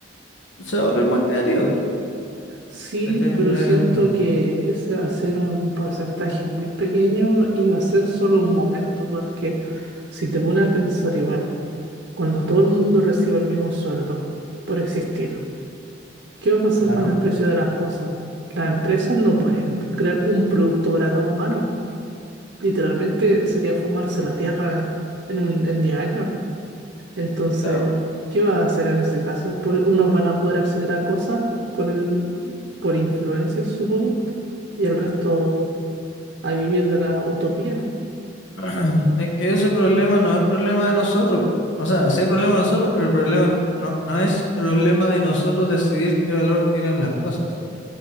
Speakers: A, on the left; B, on the right.
A: se va a volver más creativa,
B: Sí,
A: ¿cachai?
B: pero
A: En ese
B: siento
A: sentido.
B: que ese va a ser un porcentaje muy pequeño y va a ser solo un momento, porque si te pones a pensar igual, cuando todo el mundo reciba el mismo sueldo por existir, ¿qué va a pasar
A: Claro.
B: con el precio de las cosas? Las empresas no pueden crear un producto para cada humano. Literalmente sería fumarse la tierra en un en 10 años. Entonces,
A: Claro.
B: ¿qué va a hacer en ese caso? Por- unos van a poder acceder a cosas con el, por influencia, supongo, y el resto a vivir de la utopía.
A: <clears throat> Es que ese problema no es problema de nosotros. O sea, sí es problema de nosotros, pero el problema no, no es problema de nosotros decidir qué valor tienen las cosas.